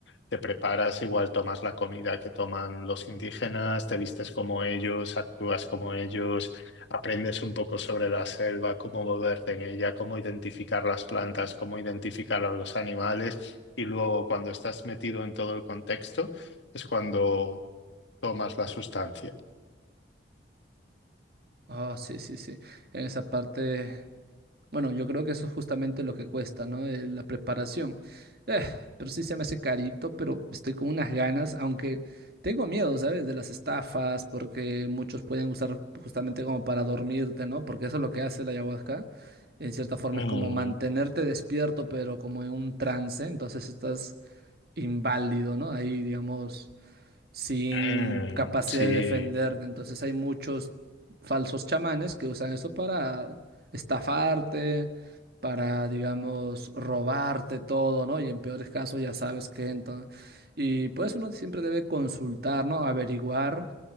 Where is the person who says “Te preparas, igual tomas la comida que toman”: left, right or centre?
Left